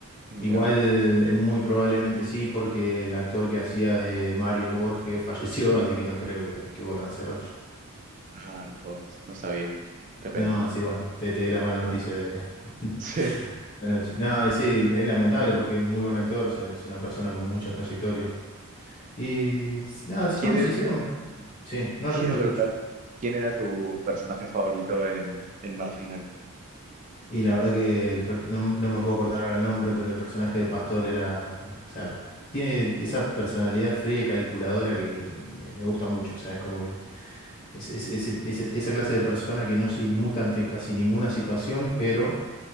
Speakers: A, on the right; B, on the left.
A: Ya.
B: Igual, eh, muy probablemente sí, porque el actor que hacía de Mario Borges falleció, <laughs> así que no creo que, que vuelvan a hacer otro.
A: Ah, no jodas, no sabía. Qué pena.
B: No, Ah, sí, ok. bueno, te, te di la mala noticia de, <laughs>
A: Sí.
B: La noche. No, y sí, es lamentable porque es muy buen actor, se- es una persona con mucha trayectoria. Y s- nada, siendo
A: ¿Quién era,
B: sincero,
A: <laughs>
B: me... sí, no
A: te
B: te escucho,
A: iba a preguntar,
B: te escucho.
A: ¿quién era tu personaje favorito en El Marginal?
B: Y la verdad que el per- no, no me puedo acordar ahora el nombre, pero el personaje de Pastor era, o sea, tiene esa personalidad fría y calculadora que, que me, me gusta mucho. O sea, es como que es, es- ese- ese- esa clase de persona que no se inmuta ante casi ninguna situación, pero